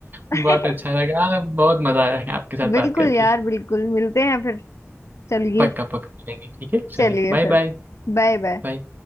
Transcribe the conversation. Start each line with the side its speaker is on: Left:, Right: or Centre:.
Left: <laughs>
Right: बहुत अच्छा लगा बहुत मजा आया आपके साथ
Left: बिल्कुल
Right: बात करके
Left: यार बिल्कुल मिलते हैं फिर चलिए
Right: पक्का पक्का मिलेंगे ठीक है चलिए
Left: चलिए
Right: बाय
Left: फिर
Right: बाय
Left: Bye bye
Right: बाय